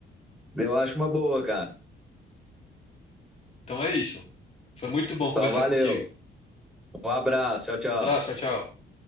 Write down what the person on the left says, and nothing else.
Então é isso. Foi muito bom
conversar
contigo.
Um abraço, tchau, tchau.